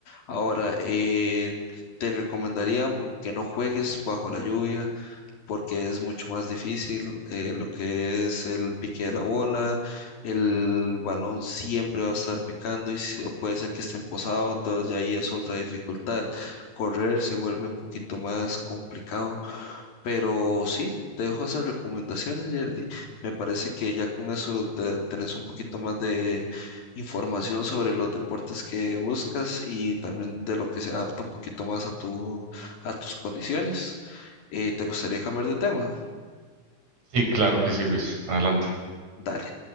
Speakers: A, on the left; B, on the right.
A: Ahora, eh, te recomendaría que no juegues bajo la lluvia, porque es mucho más difícil eh, lo que es el pique de la bola, el balón siempre va a estar picando y si- o puede ser que esté empozado, entonces ya ahí es otra dificultad. Correr se vuelve un poquito más complicado, pero sí, te dejo esas recomendaciones, Yerdy. Me parece que ya con eso te- tenés un poquito más de información sobre los deportes que buscas y también de lo que se adapta un poquito más a tu, a tus condiciones. Eh, ¿te gustaría cambiar de tema?
B: Sí, claro que sí, Luis. Adelante.
A: Dale.